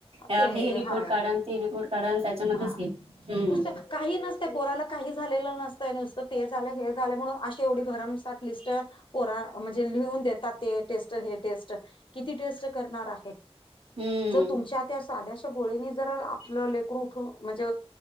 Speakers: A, on the right; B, on the left.
A: अ
B: ते
A: हे रिपोर्ट
B: हा
A: काढा आन ती रिपोर्ट काढा आन त्याच्यामध्येच
B: हा
A: घे हम्म.
B: नुसतं काही नसते पोराला काही झालेलं नसतंय नुसतं ते झालं हे झालं म्हणून अशी एवढी भरमसाठ लिस्ट पोरा म्हणजे लिहून देतात ते टेस्ट हे टेस्ट किती टेस्ट करणार आहे.
A: हम्म
B: जर तुमच्या त्या साद्याशा गोळीनी जर आपलं लेकरू उठू म्हणजे